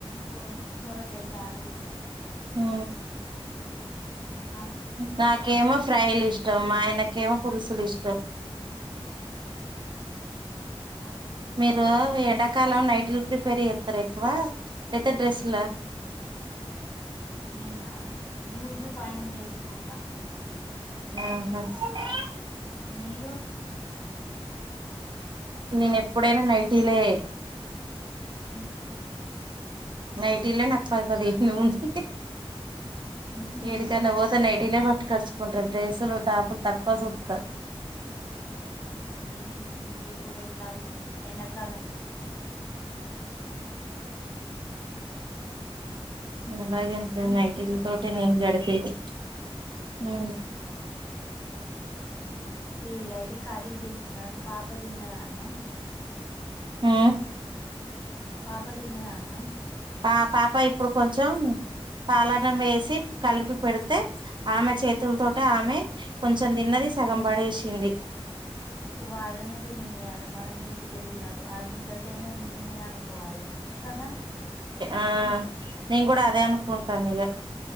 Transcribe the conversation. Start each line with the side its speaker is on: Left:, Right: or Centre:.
Left: దో సోరకాయ చారు.
Right: ఆ
Left: ఆ
Right: నాకేమస్ ఫ్రైలు ఇష్టం. మా ఆయనకేమో పులుసుులు ఇష్టం.
Left: ఆ
Right: మీరు ఏడా కాలం నైట్లు ప్రిపేర్ చేతారు ఎక్కువ లేతే డ్రెస్స్ ల
Left: నేనా లూజ పైని లేసుకుంటా
Right: ఊహా <unintelligible>
Left: మీరు
Right: నేను ఎప్పుడైనా నైటీలే
Left: ఉహు
Right: నైట్ ఇల్ న పది పది ఊహ్హ్హ్
Left: ఉహు
Right: ఏడ కైనా పోత నైటీ లేపో ట్ కర్చుకుంటారు డ్రెస్సులు టాపులు తక్కువ చూతారు.
Left: ఊహ ఇపుడు ఎట్లాగూ ఎండాకాలం
Right: అలాగేలితే నైటీ తోటే నేను గడిపేది. ఊ
Left: ఉమ్ ఈ ఐడి కాళీ చేసున్నా పాప తిన్నదా అన్నం
Right: అ
Left: పాప తిన్నదా అన్నం
Right: ఆ పాప ఇప్పుడు కొంచెం పాలన్నం వేసి కలిపి పెడితే ఆమె చేతుల తోటే ఆమె కొంచెం తిన్నది సగం పడేసింది.
Left: ఇగ వాళ్ళనే దిన నీయాల మన తిన్ బితే తినరు ఆ గిత తనా తిన నియ్ అనుకోవాలియా ఇగ
Right: ఆ నేన్ కూడా అదే అనుకుంట్ టన్నిగా